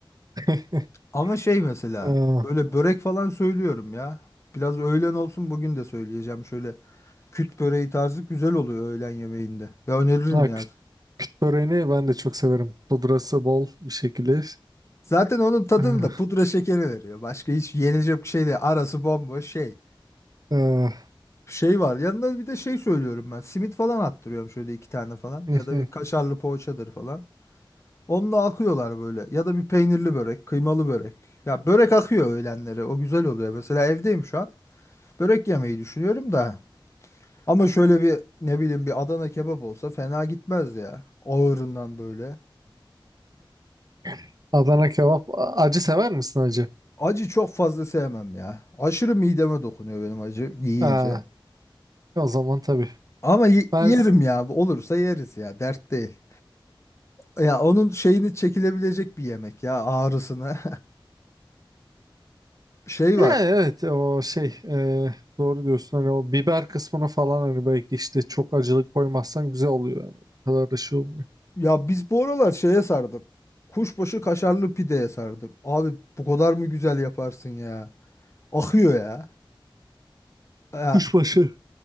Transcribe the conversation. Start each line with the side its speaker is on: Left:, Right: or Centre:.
Right: <laughs>
Left: Ama şey mesela
Right: Aa,
Left: böyle börek falan söylüyorum ya. Biraz öğlen olsun bugün de söyleyeceğim şöyle. Küt böreği tarzı güzel oluyor öğlen yemeğinde. Ya öneririm
Right: ha,
Left: ya.
Right: kütük böreğini ben de çok severim. Pudrası bol bir şekilde.
Left: Zaten onun tadını
Right: Ah.
Left: da pudra şekeri veriyor. Başka hiç yenecek bir şey de arası bomboş şey.
Right: Ah,
Left: Şey var yanında bir de şey söylüyorum ben. Simit falan attırıyorum şöyle iki tane falan.
Right: mhm.
Left: Ya da bir kaşarlı poğaçadır falan. Onunla akıyorlar böyle. Ya da bir peynirli börek, kıymalı börek. Ya börek akıyor öğlenleri. O güzel oluyor. Mesela evdeyim şu an. Börek yemeyi düşünüyorum da. Ama şöyle bir ne bileyim bir Adana kebap olsa fena gitmez ya. Ağırından böyle.
Right: <laughs> Adana kebap. Acı sever misin acı?
Left: Acı çok fazla sevmem ya. Aşırı mideme dokunuyor benim acı yiyince.
Right: Aa, O zaman tabii.
Left: Ama y-
Right: Ben
Left: yerim
Right: s-
Left: ya. Bu Olursa yeriz ya. Dert değil. Ya onun şeyini çekilebilecek bir yemek ya ağrısını. <laughs> Şey
Right: yani
Left: var.
Right: evet o şey e, doğru diyorsun hani o biber kısmını falan hani belki işte çok acılık koymazsan güzel oluyor yani. O kadar da şey olmuyor.
Left: Ya biz bu aralar şeye sardık. Kuşbaşı kaşarlı pideye sardık. Abi bu kadar mı güzel yaparsın ya? Akıyor ya. Ya
Right: Kuşbaşı.